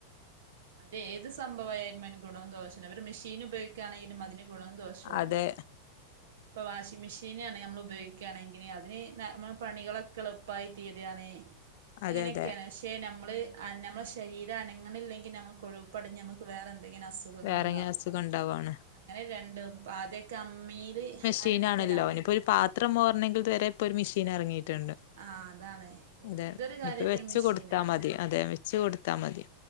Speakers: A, on the right; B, on the left.
A: അത് ഏത് സംഭവായാലും ഗുണവും ദോഷം <unintelligible> മെഷീൻ ഉപയോഗിക്കുകയാണെങ്കിലും അതിന് ഗുണവും ദോഷവുമുണ്ട്
B: അതെ
A: ഇപ്പൊ വാഷിംഗ് മെഷീനാണ് നമ്മള് ഉപയോഗിക്കുകയാണെങ്കില് അതില് പണികളൊക്കെ എളുപ്പമായി തീരുകയാണ്
B: അതെ
A: അങ്ങനെയൊക്കെയാണ്
B: അതെ
A: പക്ഷെ നമ്മള് നമ്മളെ ശരീരം അനങ്ങി അനങ്ങളില്ലെങ്കി നമക്ക് കൊഴുപ്പടിഞ്ഞ് നമുക്ക് വേറെ എന്തെങ്കിലും അസുഖങ്ങള്
B: വേറെങ്ങനെ
A: ഇണ്ടാകും
B: അസുഖം ഉണ്ടാവാണ്
A: അങ്ങനെ ആദ്യൊക്കെ അമ്മീല്
B: <unintelligible>
A: അരക്കലാണല്ലോ
B: ആണല്ലോ അവനിപ്പോ ഒരു പത്രം
A: ഉം
B: മോറണെങ്കിൽ വരെ ഇപ്പോ ഒരു മിഷീൻ ഇറങ്ങീട്ട് ണ്ട്
A: ആഹ് അതാണ്
B: അതെ
A: എന്തൊരു കാര്യത്തിനും
B: ഇപ്പ വെച്ച്
A: മെഷീനാണ്
B: കൊടുത്താ മതി അതെ വെച്ച് കൊടുത്താ മതി